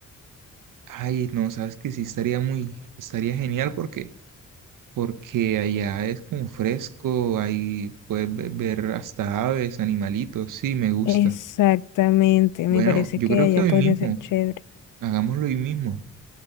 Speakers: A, on the right; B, on the left.
A: Ay, no, sabes que sí estaría muy, estaría genial porque porque allá es como fresco, ahí puedes ve- ver hasta aves, animalitos, sí, me gusta.
B: Exactamente,
A: Bueno,
B: me parece
A: yo
B: que
A: creo
B: allá
A: que hoy
B: podría
A: mismo,
B: ser chévere.
A: hagámoslo hoy mismo.